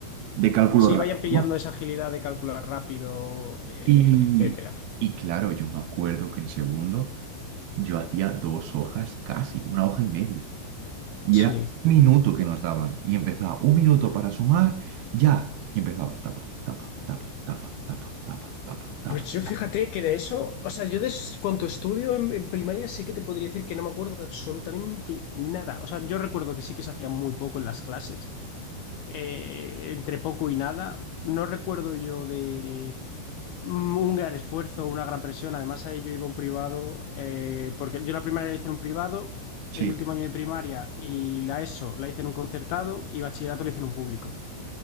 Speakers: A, on the right (about 85°); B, on the left (about 80°).
A: de cálculo
B: Sí,
A: rápido
B: vayan pillando
A: ¿no?
B: esa agilidad de calcular rápido, eh,
A: Y,
B: etcétera.
A: y claro, yo me acuerdo que en segundo yo hacía dos hojas casi, una hoja y media. Y
B: Sí.
A: era un minuto que nos daban. Y empezaba un minuto para sumar, ya. Y empezabas tapa, tapa, tapa, tapa, tapa, tapa, tapa, tapa.
B: Pues yo fíjate que de eso, o sea, yo de s- cuanto estudio en, en primaria sí que te podría decir que no me acuerdo de absolutamente nada. O sea, yo recuerdo que sí que se hacía muy poco en las clases, eh, entre poco y nada. No recuerdo yo de mm, un gran esfuerzo, una gran presión. Además, ahí yo iba a un privado, eh, porque yo la primaria la hice en un privado,
A: Sí,
B: el último año de primaria y la ESO la hice en un concertado y bachillerato la hice en un público.